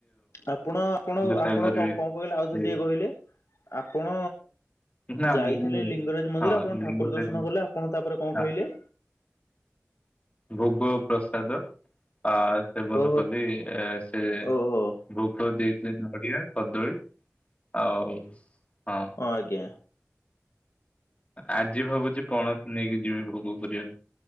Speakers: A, on the left; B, on the left.
A: ଆପଣ ଆପଣ
B: ସାଗର
A: ଆପଣ କ'ଣ କ'ଣ କହିଲେ ଆଉଥରେ
B: ବି
A: ଟିକେ କହିଲେ। ଆପଣ
B: ନା
A: ଯାଇଥିଲେ
B: ମୁଁ
A: ଲିଙ୍ଗରାଜ ମନ୍ଦିର
B: ହଁ
A: ଆପଣ
B: ଲିଙ୍ଗରାଜ
A: ଠାକୁର ଦର୍ଶନ କଲେ ଆପଣ ତାପରେ କ'ଣ
B: ହଁ
A: ଖାଇଲେ?
B: ଭୋଗ ପ୍ରସାଦ ଆ ସେବନ
A: ଓହୋ
B: ବୋଧେ ଏ ସେ
A: ଓହୋ ହଁ
B: ଭୋଗ ଦେଇ ସେ ନଡ଼ିଆ, କଦଳୀ ଆଉ, ହଁ।
A: ହଁ, ଆଜ୍ଞା।
B: ଆଜି ଭାବୁଛି ପଣସ ନେଇକି ଯିବି ଭୋଗ କରିବାକୁ।